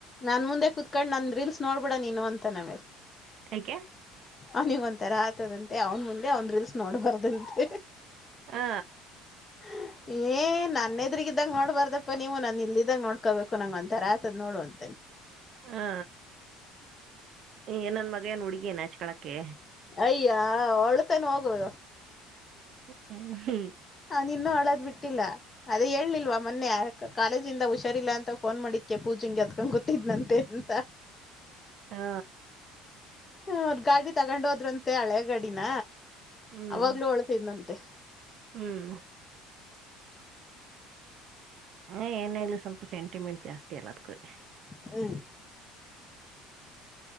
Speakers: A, on the left; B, on the right.
A: ನಾನ್ ಮುಂದೆ ಕುತ್ಕೊಂಡ್ ನನ್ ರೀಲ್ಸ್ ನೋಡ್ಬಿಡ ನೀನು ಅಂತ ನಮೇಲೆ
B: ಕ್ಕೆ
A: ಅವನಿಗ್ ಒಂತರ ಆತದಂತೆ ಅವ್ನ್ ಮುಂದೆ ಅವ್ನ್ ರೀಲ್ಸ್ ನೋಡ್ಬಾರ್ದಂತೆ.
B: ಹಾ
A: <inaudible> ಏ ನನ್ನೆದ್ರಗಿದ್ದಾಗ ನೋಡ್ಬಾರ್ದಪ್ಪ ನೀವು ನನ್ ಇಲ್ಲಿದಾಗ ನೋಡ್ಕೋಬೇಕು ನಂಗ ಒಂತಥರ ಆತದ್ ನೋಡುವಂತ
B: ಹಾ ಈ ನನ್ ಮಗ ಏನು ಹುಡುಗಿನಾ ನಾಚ್ಕೊಳ್ಳಕ್ಕೆ
A: ಅಯ್ಯ ಹೊಳತನ ಹೋಗು
B: ಹ್ಮ್
A: ಅದ ಇನ್ನೂ ಅಳೋದ ಬಿಟ್ಟಿಲ್ಲ ಅದೇ ಹೇಳಲ್ಲಿಲ್ವ ಮೊನ್ನೆ ಕಾಲೇಜಿಂದ ಹುಷಾರಿಲ್ಲ ಅಂತ ಫೋನ್ ಮಾಡಿದಕ್ಕೆ ಜಿಂಗೆ ಎತ್ಕೊಂಡ್ ಕುತ್ತಿದ್ನಂತೆ ಅಂತ.
B: ಹಾ
A: ಹ್ಮ್ ಆದ ಗಾಡಿ ತಗೊಂಡ್ ಹೋದ್ರಂತೆ ಹಳೆ ಗಾಡಿನ
B: ಹ್ಮ್
A: ಅವಾಗ್ಲು ಅಲ್ಟಿದ್ನಂತೆ.
B: ಹ್ಮ್ ಹ ಏನ ಇದ್ರರು ಸ್ವಲ್ಪ ಸೆಂಟಿಮೆಂಟ್ ಜಾಸ್ತಿ ಅಲ್ಲ ಅದ್ಕೆ.
A: ಹ್ಮ